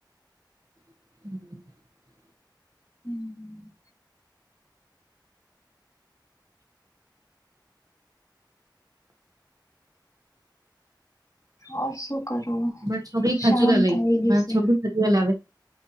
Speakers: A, on the right; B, on the left.
A: <inaudible>
B: હમ હમ ઓર શું કરો
A: મારી છોકરી
B: શામ
A: ખજૂરા લઈ
B: થઈ ગઈશે
A: મારી છોકરી ખજૂરા લાવે